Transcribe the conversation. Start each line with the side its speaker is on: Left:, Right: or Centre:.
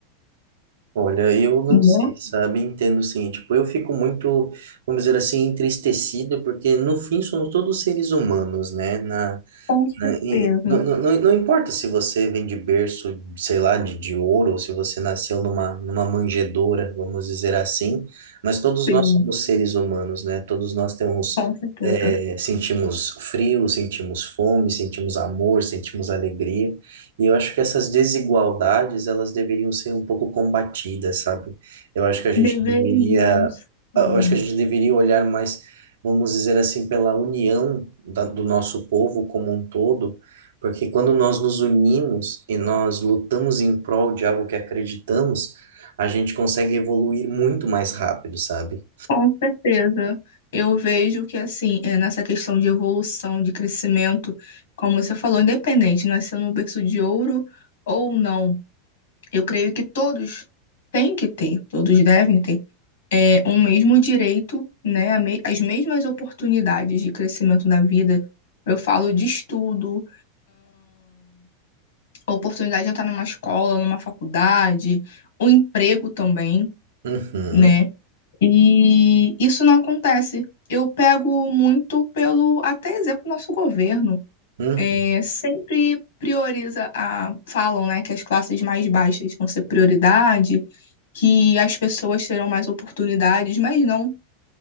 Right: Olha, eu não
Left: Né?
Right: sei, sabe? Entendo sim. Tipo, eu fico muito, vamos dizer assim, entristecido, porque no fim somos todos seres humanos, né? Na,
Left: Com certeza,
Right: né? E- e não, não, não não importa se você vem de berço, sei lá, de, de ouro, ou se você nasceu numa, numa manjedoura, vamos dizer assim, mas todos
Left: sim,
Right: nós somos seres humanos, né? Todos nós temos,
Left: com certeza.
Right: é, sentimos frio, sentimos fome, sentimos amor, sentimos alegria, e eu acho que essas desigualdades, elas deveriam ser um pouco combatidas, sabe? Eu acho que a gente
Left: Deveriam,
Right: deveria,
Left: sim.
Right: eu acho que a gente deveria olhar mais vamos dizer assim, pela união da, do nosso povo como um todo, porque quando nós nos unimos e nós lutamos em prol de algo que acreditamos, a gente consegue evoluir muito mais rápido, sabe?
Left: Com certeza. Eu vejo que, assim, é, nessa questão de evolução, de crescimento, como você falou, independente, nasceu num berço de ouro ou não, eu creio que todos têm que ter, todos devem ter, é, um mesmo direito, né, a me- as mesmas oportunidades de crescimento da vida. Eu falo de estudo, a oportunidade de entrar numa escola, numa faculdade, o emprego também,
Right: Uhum,
Left: né? E isso não acontece. Eu pego muito pelo, até exemplo, nosso governo.
Right: uhum,
Left: É, sempre prioriza a, falam, né, que as classes mais baixas vão ser prioridade, que as pessoas terão mais oportunidades, mas não,